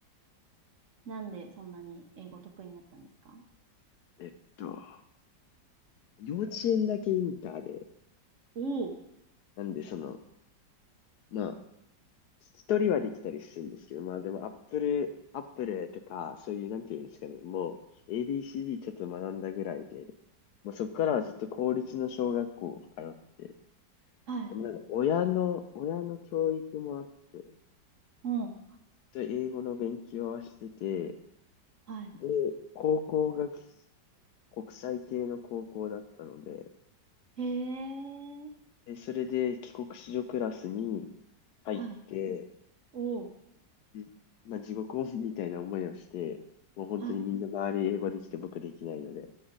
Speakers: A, on the right; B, on the left.
A: なんでそんなに英語得意になったんですか
B: えっと、幼稚園だけインターで、
A: おお、
B: なんでその、ま聞き取りはできたりするんですけど、まあでも Apple、Apple とか、そういう、なんていうんですかね、もう ABCD ちょっと学んだぐらいで、もうそこからはずっと公立の小学校通って、
A: はい。
B: でもなんか親の、親の教育もあって、ずっ
A: うん。
B: と英語の勉強はしてて、
A: はい。
B: で、高校がき国際系の高校だったので、
A: へえ。
B: で、それで帰国子女クラスに入って、
A: はい。おお。
B: でまあ、地獄をみたいな思いをして、もう本当にみんな周り英語できて僕できないので。
A: はい。